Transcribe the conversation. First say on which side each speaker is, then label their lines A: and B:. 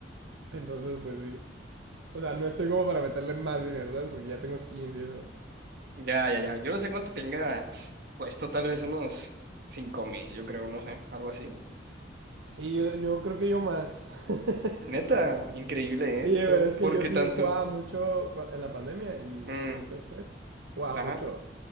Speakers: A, on the right (about 80°); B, on the right (about 55°).
A: Entonces, pues sí. O sea, no estoy como para meterle más dinero, ¿sabes? Porque ya tengo skins y eso.
B: Ya, ya, ya. Yo no sé cuánto tenga puesto, tal vez unos cinco mil, yo creo, no sé, algo así.
A: Sí, yo, yo creo que yo más. <laughs>
B: Neta, increíble,
A: Sí,
B: ¿eh?
A: pero
B: Pero
A: es que
B: ¿por
A: yo
B: qué
A: sí
B: tanto?
A: jugaba mucho cua- en la pandemia y
B: Mm,
A: poquito después jugaba
B: ajá.
A: mucho.